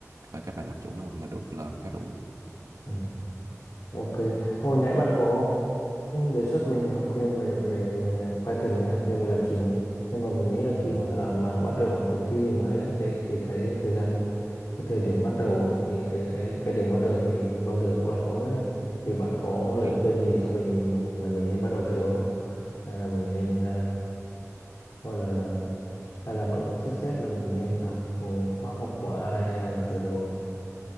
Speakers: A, on the right; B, on the left.
A: và cách bạn làm chủ nó là đủ là khá đủ
B: Ừ. Ok, hồi nãy bạn có đề xuất mình học thêm về về Python ấy, học thêm về lập trình ấy. Nhưng mà mình nghĩ là khi
A: ừ.
B: mà mà bắt đầu học một cái thứ gì mới ấy, cái thì cái thời gian cái thời điểm bắt đầu ấy thì cái cái cái điểm bắt đầu thì bao giờ cũng là khó nhất đấy. Thì bạn có lời
A: Ừ.
B: khuyên gì cho mình là mình nên bắt đầu từ đầu không? Hay là mình nên à, gọi là hay là bạn có suggest là mình nên học ừ, khóa học của ai hay là từ đầu